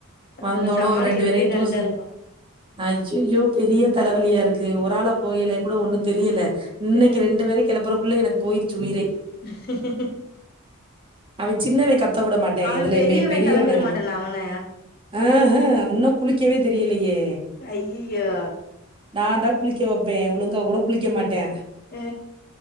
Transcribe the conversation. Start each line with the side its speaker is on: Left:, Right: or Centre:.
Left: அதுங்க
Right: வந்தோன்ன
Left: சமாளிக்கிறதுக்கே
Right: ரெண்டு வேரையு
Left: கரெக்டா
Right: டூசன்
Left: இருக்கு
Right: ஐய்யய்யோ பெரிய தலைவலியா இருக்கு ஒராள போகைலே கூட ஒண்ணு தெரியல இன்னைக்கி
Left: ம்
Right: ரெண்டு வேர கிளப்பறக்குள்ள எனக்கு போயிருச்சு உயிரே
Left: <unintelligible>
Right: அவ சின்னவே கத் த விட மாட்ட
Left: அவ
Right: எதுலயுமே
Left: பெரியவ
Right: பெரியவன
Left: கெளம்பிட மாட்டானா அவன
Right: அ ஹ இன்னு குளிக்கவே தெரியலையே
Left: அய்யய்யோ
Right: நான் தான் குளிக்க வைப்பே ஒழுங்கா கூட குளிக்க மாட்டா
Left: அ